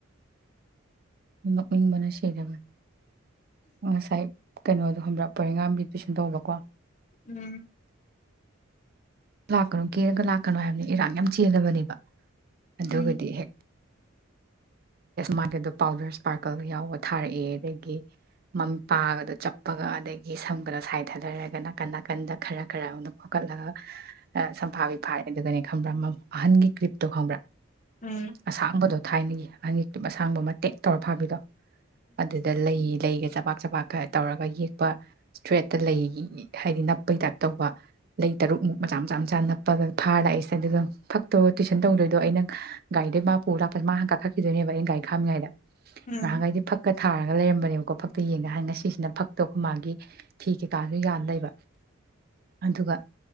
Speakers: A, on the right; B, on the left.
A: <unintelligible> ꯕꯅ ꯁꯤꯗꯕ ꯑꯣꯁꯥꯏ ꯀꯩꯅꯣꯗꯣ ꯈꯪꯕꯔꯥ ꯄꯔꯤꯦꯡꯒꯥꯥꯝꯒꯤ ꯇꯨꯏꯁꯟ ꯇꯧꯕꯀꯣ
B: ꯎꯝ
A: ꯂꯥꯛꯀꯅꯨ ꯀꯦꯔꯒ ꯂꯥꯛꯀꯅꯣ ꯍꯥꯏꯕꯅꯤ ꯏꯔꯥꯡ ꯌꯥꯝ ꯆꯦꯜꯂꯕꯅꯦꯕ ꯑꯗꯨꯒꯗꯤ
B: ꯎꯝ
A: ꯍꯦꯛ ꯃꯥꯒꯤꯗꯣ ꯄꯥꯎꯗꯔ ꯏꯁꯄꯥꯔꯀꯜ ꯌꯥꯎꯕ ꯊꯥꯔꯛꯑꯦ ꯑꯗꯒꯤ ꯃꯝ ꯄꯥꯒꯗꯣ ꯆꯞꯄꯒ ꯑꯗꯒꯤ ꯁꯝꯒꯗ ꯁꯥꯏ ꯊꯥꯗꯔꯒ ꯅꯥꯀꯟ ꯅꯥꯀꯟꯗ ꯈꯔ ꯈꯔ ꯑꯃ ꯈꯣꯀꯠ ꯑ ꯁꯐꯥꯕꯤ ꯐꯥꯏ ꯑꯗꯨꯒꯅꯦ ꯈꯪꯕ꯭ꯔꯥ ꯃ ꯑꯍꯟꯒꯤ ꯀ꯭ꯔꯤꯞꯇꯣ ꯈꯪꯕ꯭ꯔꯥ
B: ꯎꯝ
A: ꯑꯁꯥꯡꯕꯗꯣ ꯊꯥꯏꯅꯒꯤ ꯑꯅꯤꯛꯇꯨꯞ ꯑꯁꯥꯡꯕ ꯑꯃ ꯇꯦꯛ ꯇꯧꯔ ꯐꯥꯕꯤꯗꯣ ꯑꯗꯨꯗ ꯂꯩ ꯂꯩꯒ ꯆꯄꯥꯛ ꯆꯄꯥꯛꯀ ꯇꯧꯔꯒ ꯌꯦꯛꯄ ꯁꯇ꯭ꯔꯦꯠꯇ ꯂꯩꯒꯤ ꯍꯥꯏꯗꯤ ꯅꯞꯄꯒꯤ ꯇꯥꯏꯞ ꯇꯧꯕ ꯂꯩ ꯇꯔꯨꯛꯃꯨꯛ ꯃꯆꯥ ꯃꯆꯥ ꯃꯆꯥ ꯅꯞꯄꯒ ꯐꯥꯔ ꯑꯩꯁꯦ ꯑꯗꯨꯒ ꯐꯛꯇꯣ ꯇꯨꯁꯟ ꯇꯧꯗꯣꯏꯗꯣ ꯑꯩꯅ ꯒꯥꯔꯤꯗꯩ ꯃꯥ ꯄꯨ ꯂꯥꯛꯄꯁ ꯃꯥ ꯍꯥꯟꯅ ꯀꯥꯈꯠꯈꯤꯗꯣꯏꯅꯦꯕ ꯑꯩꯅ ꯒꯥꯔꯤ ꯈꯥꯝꯃꯤꯉꯩꯗ
B: ꯎꯝ
A: ꯅꯥꯍꯟꯈꯩꯗꯤ ꯐꯛ ꯐꯛ ꯊꯥꯔꯒ ꯂꯩꯔꯝꯕꯅꯦꯕꯀꯣ ꯐꯛꯇ ꯌꯦꯡꯒ ꯍꯥꯏꯅ ꯉꯁꯤꯁꯤꯅ ꯐꯛꯇꯕ ꯃꯥꯒꯤ ꯐꯤ ꯀꯩꯀꯥꯁꯨ ꯌꯥꯟ ꯂꯩꯕ ꯑꯗꯨꯒ